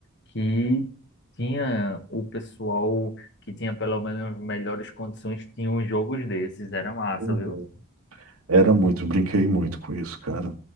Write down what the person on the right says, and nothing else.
é?
Era muito, brinquei muito com isso, cara.